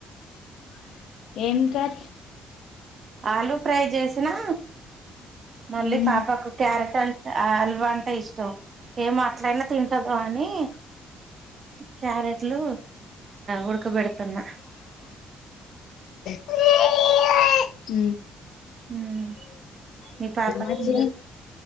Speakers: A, on the left; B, on the right.
A: ఏం కర్రీ
B: ఆలు ఫ్రై చేసినా మళ్ళీ
A: మ్మ్
B: పాపకు
A: మ్మ్
B: క్యారెట్ అంట ఆల్వ ఇష్టం ఏమొ అట్లయినా తింటదో అనీ క్యారెట్లు ఉడకబెడుతున్నా
A: మ్
B: హ్మ్మ్ మీ పాప
A: మరి
B: కి